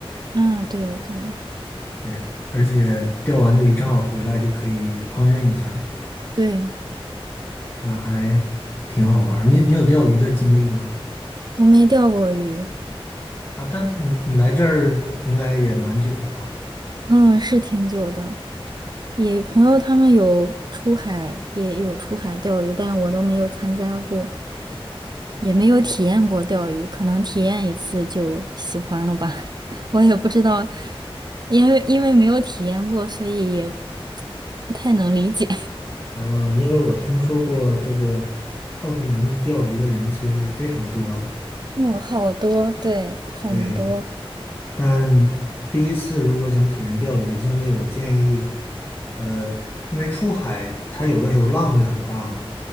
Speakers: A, on the right; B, on the left.
A: 嗯，对对
B: 对，而且钓完的鱼正好回来就可以烹饪一下嘛，
A: 对，
B: 是吧？还挺好玩儿。你你有钓鱼的经历吗？
A: 我没钓过鱼，
B: 啊，但你你来这儿应该也蛮久了吧？
A: 嗯，是挺久的。也朋友他们有出海，也有出海钓鱼，但我都没有参加过，也没有体验过钓鱼，可能体验一次就喜欢了吧。<laughs> 我也不知道，因为因为没有体验过，所以也不太能理解。
B: 嗯，因为我听说过这个奥克兰的钓鱼的人其实是非常多的。
A: <laughs> 哦，好多，对，很多，
B: 对，但第一次如果想体验钓鱼的经历，我建议，呃，因为出海它有的时候浪会很大嘛，